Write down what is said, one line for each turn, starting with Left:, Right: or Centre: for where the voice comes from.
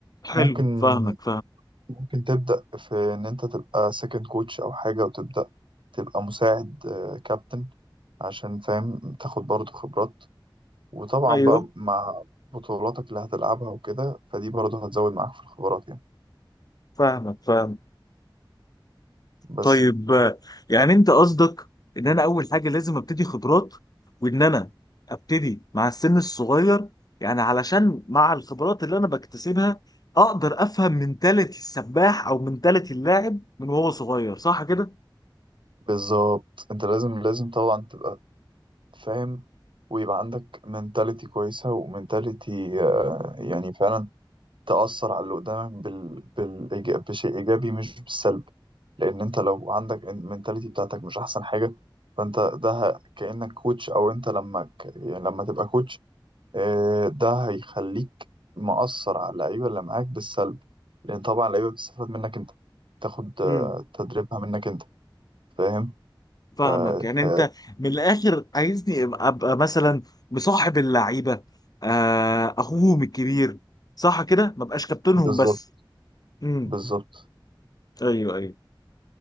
Left: حلو
Right: ممكن
Left: فاهمك
Right: ممكن تبدأ في إن أنت تبقى سكند كوتش أو حاجة وتبدأ تبقى مساعد آه، كابتن عشان فاهم تاخد برضه خبرات وطبعا
Left: فاهم
Right: بقى مع بطولاتك اللي هتلعبها وكده فدي برضه هتزود معاك في الخبرات يعني
Left: فاهمك فاهم
Right: بس
Left: طيب آه، يعني انت قصدك ان انا اول حاجه لازم ابتدي خبرات وان انا ابتدي مع السن الصغير يعني علشان مع الخبرات اللي انا بكتسبها اقدر افهم منتاليتي السباح او منتاليتي اللاعب من وهو صغير صح كده؟
Right: بالظبط أنت لازم لازم طبعا تبقى فاهم ويبقى عندك منتاليتي كويسة ومنتاليتي يعني فعلا تأثر على اللي قدامك بال... بالإيجاب... بشيء إيجابي مش بالسلب لأن أنت لو عندك المنتاليتي بتاعتك مش أحسن حاجة فأنت ده ه- كأنك كوتش أو أنت لما ك... يعني لما تبقى كوتش آه، ده هيخليك مأثر على اللعيبة اللي معاك بالسلب لأن طبعا اللعيبة بتستفاد منك أنت تاخد آه،
Left: امم
Right: تدريبها منك أنت فاهم؟
Left: فاهمك
Right: ف...
Left: يعني
Right: ف...
Left: انت من الاخر عايزني ابقى أبقى مثلا مصاحب اللعيبه آه، اخوهم الكبير صح كده؟ ما بقاش كابتنهم
Right: بالظبط
Left: بس امم
Right: بالظبط
Left: ايوه ايوه